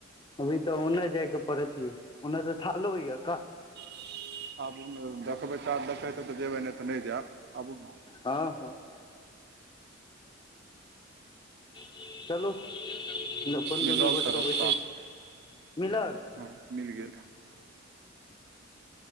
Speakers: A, on the left; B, on the right.
A: अभी तऽ ओने जाय कऽ पड़त यौ ओने तऽ थालो यऽ
B: <unintelligible> आबू ने देखबै कात द केँ हेतै तऽ जेबै नै तऽ नै जायब आबू न
A: हँ हँ <unintelligible>
B: मिलल तऽ रस्ता हँ मिल गेल <inaudible>